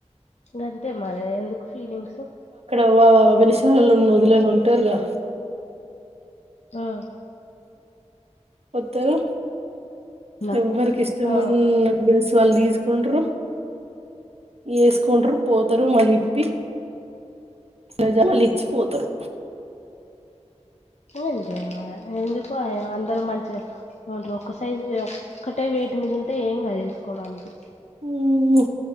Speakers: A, on the left; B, on the right.
A: గంతే మార ఎందుకు ఫీలింగ్సు
B: వ వ వెలిసాలలో ఉన్న వదినలు ఉంటరుగా
A: ఆ
B: వత్తరు
A: హలో
B: ఎవ్వరికి ఇష్టమున్న
A: ఆ
B: డ్రెస్ వాళ్ళు తీసుకుంట్రు ఏసుకుంటారు పోతారు మళ్ళ ఇప్పి లజ మళ్ళ ఇచ్చిపోతరు
A: అంతే మరే ఎందుకు ఆయా అందరు మంచిగా ఏమంటరు ఒక్క సైజు ఒక్కటే వెయిట్ మీదుంటే ఏం కాదు ఎసుకోవడానికి
B: ఉ